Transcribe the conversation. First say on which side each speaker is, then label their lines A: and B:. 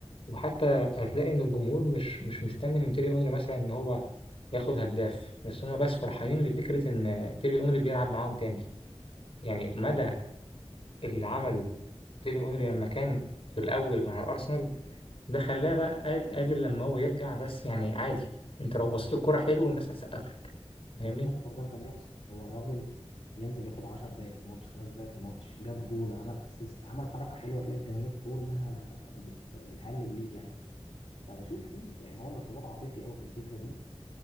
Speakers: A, on the left (about 60°); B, on the left (about 80°).
A: وحتى هتلاقي إن الجمهور مش مش مستني من تيري أونري مثلا إن هو ياخد هداف بس هما بس فرحانين لفكرة إن تيري أونري بيلعب معاهم تاني يعني مدى اللي عمله تيري أونري لما كان في الأول مع الأرسنال ده خلاه بقى قادر لما هو يرجع بس يعني عادي أنت لو بصيت الكرة حلو والناس هتسقف لك فاهمني؟
B: بالظبط هو ده اللي كان بيحصل هو الراجل ينزل ياخد 10 دقائق في الماتش خمس دقائق في الماتش جاب جول عمل اسيست عمل حركه حلوه تلاقي الجماهير كلها بت... بتهلل ليه يعني فبشوف فيه يعني هو الارتباط عاطفي قوي في الفكره دي